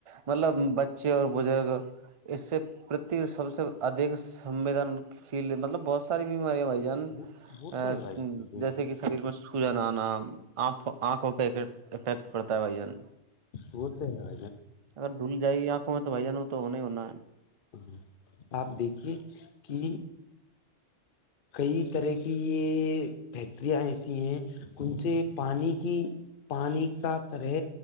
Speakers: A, on the right; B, on the left.
A: مطلب بچے اور بزرگ اس سے پرتی سب سے ادھ سنویدن شیل مطلب بہت ساری بیماریاں بائی
B: وہ وہ
A: <unintelligible>
B: تو ہے بھائی جان دیکھیے
A: جیسے کہ شریر میں جان آ نا آنکھ آنکھوں پہ افیکٹ پڑتا ہے بھائی جان
B: ہوتے ہے آ
A: اگر دھل جائے گی آنکھوں میں تو بھائی جانوں تو نہیں ہونا ہے <unintelligible>
B: ہ آپ دیکھیے کہ کئی طرح کی یہ فیکٹریاں ایسی ہیں ان سے پانی کی پانی کا طرح